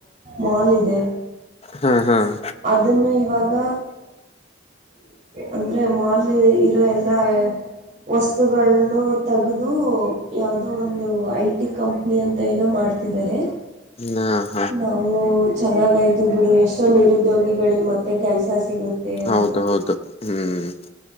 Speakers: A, on the right; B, on the left.
A: ಮಾಲ್ ಇದೆ.
B: ಹ್ಮ್ ಹ್ಮ್
A: ಅದನ್ನು ಇವಾಗ ಅಂದ್ರೆ ಮಾಲ್ ಇರೋ ಎಲ್ಲಾ ವಸ್ತುಗಳನ್ನು ತಗದು ಯಾವದೋ ಒಂದು ಐ ಟಿ ಕಂಪ್ನಿ ಅಂತ ಏನೋ ಮಾಡ ರ್ತಿದ್ದಾರೆ.
B: ನ <unintelligible>
A: ನಾವು ಚೆನ್ನಾಗಯ್ತು ಬಿಡು ಎಷ್ಟೋ ನಿರುದ್ಯೋಗಿಗಳಿಗೆ ಮತ್ತೆ ಕೆಲ್ಸ ಸಿಗುತ್ತೆ. ಅಂತ
B: ಹೌದ ಹೌದು ಹ್ಮ್